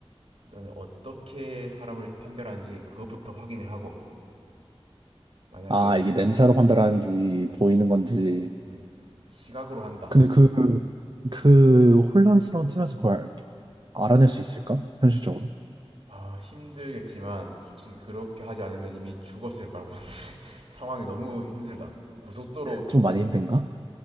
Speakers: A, on the right; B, on the right.
A: 일단 어떻게 사람을 판별하는지 그것부터 확인을 하고 만약에
B: 아, 이게 냄새로 판별하는지,
A: 네,
B: 보이는
A: 시,
B: 건지.
A: 음, 시각으로 한다.
B: 근데 그, 그
A: 음.
B: 혼란스러운 틈에서 그걸 알아낼 수 있을까? 현실적으로?
A: 아, 힘들겠지만 솔직히 그렇게 하지 않으면 이미 죽었을 거라고 <laughs> 상황이 너무 힘들다. 고속도로
B: 좀
A: 아니면
B: 많이 힘든가?